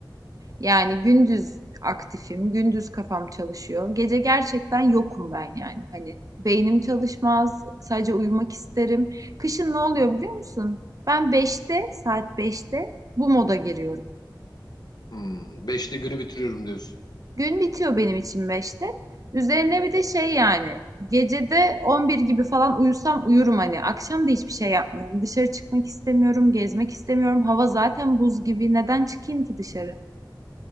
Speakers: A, on the right; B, on the left.
A: Yani gündüz aktifim, gündüz kafam çalışıyor. Gece gerçekten yokum ben yani. Hani beynim çalışmaz, sadece uyumak isterim. Kışın ne oluyor biliyor musun? Ben beşte saat beşte bu moda giriyorum.
B: Hmm, 5'te günü bitiriyorum diyorsun.
A: Gün bitiyor benim için beşte. Üzerine bir de şey yani gecede 11 gibi falan uyusam uyurum hani. Akşam da hiçbir şey yapmıyorum. Dışarı çıkmak istemiyorum, gezmek istemiyorum. Hava zaten buz gibi. Neden çıkayım ki dışarı?